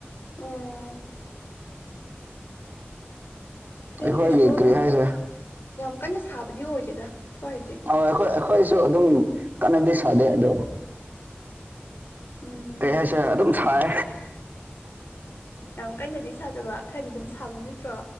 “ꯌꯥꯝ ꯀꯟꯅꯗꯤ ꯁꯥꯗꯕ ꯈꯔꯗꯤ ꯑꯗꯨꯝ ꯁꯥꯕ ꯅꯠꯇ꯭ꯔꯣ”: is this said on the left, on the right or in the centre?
Left